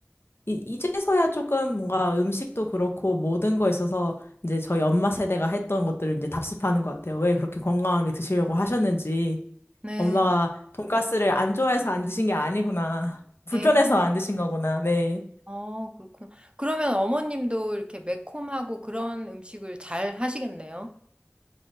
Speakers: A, on the left; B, on the right.
A: 이, 이제서야 조금 뭔가 음식도 그렇고, 모든 거 있어서, 이제 저희 엄마 세대가 했던 것들을 이제 답습하는 것 같아요. 왜 그렇게 건강하게 드시려고 하셨는지.
B: 네.
A: 엄마가 돈가스를 안 좋아해서 안 드신 게 아니구나. <laughs> 불편해서
B: 네.
A: 안 드신 거구나. 네.
B: 어, 그렇구나. 그러면 어머님도 이렇게 매콤하고 그런 음식을 잘 하시겠네요.